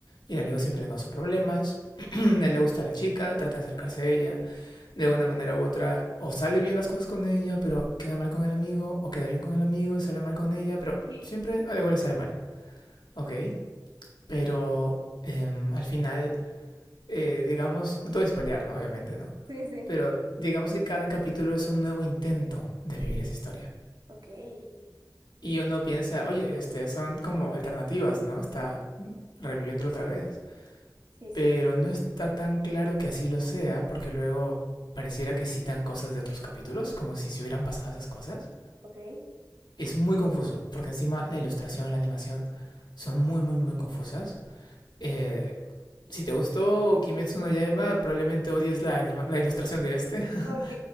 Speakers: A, on the left; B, on the right.
A: y el amigo siempre le causa problemas, <clears throat> él le gusta a la chica, trata de acercarse a ella, de una manera u otra, o sale bien las cosas con ella, pero queda mal con el amigo, o queda bien con el amigo y sale mal con ella, pero
B: <laughs> sí,
A: siempre algo le sale mal, ¿ok? Pero em, al final eh, digamos, no te voy a spoilear, ¿no? Obviamente, ¿no?
B: sí, sí.
A: Pero digamos que cada capítulo es un nuevo intento de vivir esa historia.
B: Ok, sí,
A: Y uno piensa, oye, este, son como alternativas, ¿no? Está reviviéndolo otra vez.
B: sí.
A: Pero no está tan claro que así lo sea, porque luego pareciera que citan cosas de otros capítulos, como si se hubieran pasado esas cosas.
B: ok.
A: Es muy confuso, porque encima la ilustración, la animación son muy, muy, muy confusas. Eh, si te gustó Kimetsu no Yaiba, probablemente odies la, anima la ilustración de este.
B: Ok,
A: <laughs>